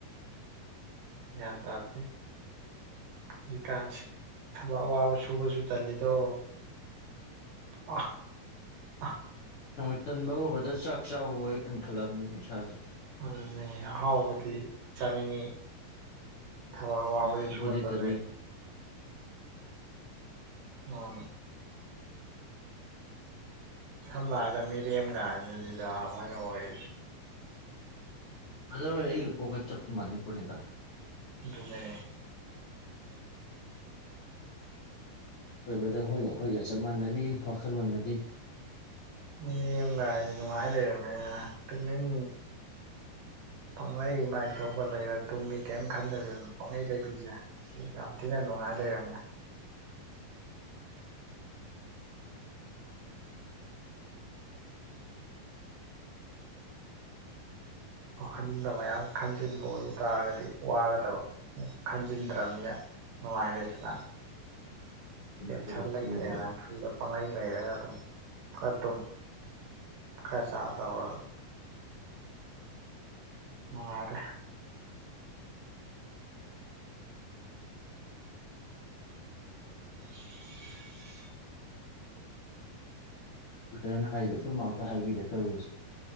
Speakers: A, on the right; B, on the left.
A: ꯌꯥ ꯇꯦ ꯍꯧꯖꯤꯛꯀꯥꯟꯁꯤ ꯊꯕꯛ ꯑꯋꯥꯕ ꯁꯨꯕꯁꯨ ꯇꯜꯂꯤꯗꯣ ꯑ ꯑ
B: ꯅꯃꯣꯏ ꯇꯟꯕ ꯍꯕꯗ ꯆꯥꯛ ꯆꯥꯕꯕꯨ ꯑꯣꯏꯔꯦꯛꯇꯅꯤ ꯈꯜꯂꯛꯕꯅꯤꯅꯦ ꯏꯁꯥꯁꯦ
A: ꯑꯗꯨꯅꯦ ꯑꯍꯥꯎꯕꯗꯤ ꯆꯥꯅꯤꯡꯉꯤ ꯊꯋꯥ ꯋꯥꯋꯥꯕꯗꯤꯁꯨꯕ
B: ꯁꯨꯕꯗꯤ
A: ꯆ
B: ꯇꯜꯂꯤ
A: ꯂꯩꯦ ꯑ ꯁꯝꯅ ꯍꯥꯏꯗ ꯃꯤꯔꯦꯝꯒ ꯑꯗꯨꯅꯤꯗ ꯑꯩꯈꯣꯏꯅ ꯑꯣꯏꯔꯤꯁꯦ
B: ꯑꯗꯔꯋꯥꯏ ꯑꯩꯒ ꯀꯣꯛꯀ ꯆꯞ ꯆ ꯃꯥꯟꯅꯤ ꯄꯨꯔꯅꯤꯗ
A: ꯑꯗꯨꯅꯦ
B: ꯂꯣꯏꯕꯗ ꯍꯣꯏ ꯍꯈꯣꯏꯒ ꯆꯞ ꯃꯥꯟꯅꯔꯤ ꯋꯥꯈꯜꯂꯣꯟꯒꯗꯤ
A: ꯃꯤꯉꯥꯏ ꯅꯨꯡꯉꯥꯏ ꯂꯩꯔꯝꯃꯦ ꯇꯃꯤꯟ ꯄꯪꯍꯩ ꯏꯃꯥꯏ ꯊꯣꯛꯄ ꯂꯩꯔ ꯇꯨꯡꯒꯤ ꯀꯔꯤꯝ ꯈꯟꯗꯕꯤꯗꯅꯣ ꯄꯥꯡꯒꯩ ꯂꯩꯕꯤꯁꯦ ꯁꯤ ꯌꯥꯝ ꯊꯤꯅ ꯅꯨꯡꯉꯥꯏ ꯂꯩꯔꯝꯃꯦ ꯋꯥꯈꯜꯗ ꯃꯌꯥꯝ ꯈꯟꯖꯤꯟꯕ ꯑꯣꯏꯕ ꯇꯥꯔꯒꯗꯤ ꯋꯥꯒꯗꯕ ꯈꯟꯖꯤꯟꯗ꯭ꯔꯅꯤꯅ ꯅꯨꯡꯉꯥꯏꯔꯦꯗꯗ
B: ꯆꯨꯝꯃꯦ ꯕ꯭ꯔꯗꯔ
A: ꯆꯂꯥꯏꯔꯦꯅ
B: ꯆꯨꯝꯃꯦ ꯕ꯭ꯔꯗꯔ
A: ꯐ ꯄꯥꯡꯒꯩ ꯂꯩꯔꯒ ꯑꯗꯨꯝ ꯈꯔꯠꯇꯨꯝ ꯈꯔ ꯆꯥ ꯇꯧꯔꯒ ꯃꯅꯨꯡꯉꯥꯗꯦ <unintelligible>
B: ꯑꯗꯨꯗꯅ ꯍꯥꯏꯗ ꯑꯗꯨ ꯉꯥꯛꯇ ꯍꯥꯏꯕꯤꯗ ꯇꯧꯔꯤꯁꯦ